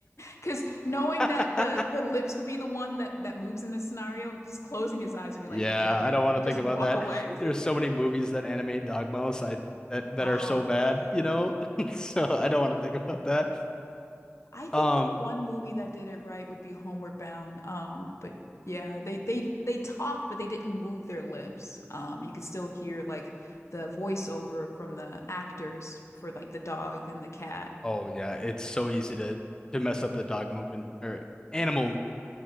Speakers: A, on the left; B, on the left.
A: because knowing that
B: <laughs>
A: the the lips would be the one that that moves in this scenario, just closing his eyes would be
B: Yeah,
A: like, "I can't hear
B: I don't
A: you,"
B: want
A: and
B: to
A: just
B: think about
A: walk
B: that.
A: away.
B: There's
A: <laughs>
B: so many movies that animate dogmos. I that that
A: Oh,
B: are so bad,
A: yeah.
B: you know. <laughs> So I don't want to think about that.
A: I think
B: Um,
A: the one movie that did it right would be Homeward Bound. Um, but yeah, they they they talked, but they didn't move their lips. Um, you could still hear like the voiceover from the actors for like the dog and the cat.
B: oh yeah, it's so easy to to mess up the dog movement or animal